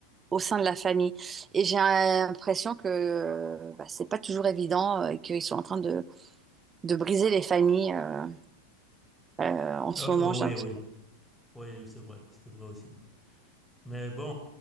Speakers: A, on the right; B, in the centre.
A: au sein de la famille. Et j'ai l'impression que euh, bah, c'est pas toujours évident euh, et qu'ils sont en train de, de briser les familles. euh, euh, en ce
B: Euh,
A: moment,
B: euh,
A: j'ai
B: ouais,
A: un
B: ouais,
A: petit...
B: ouais, c'est vrai, c'est vrai aussi. Mais bon, on,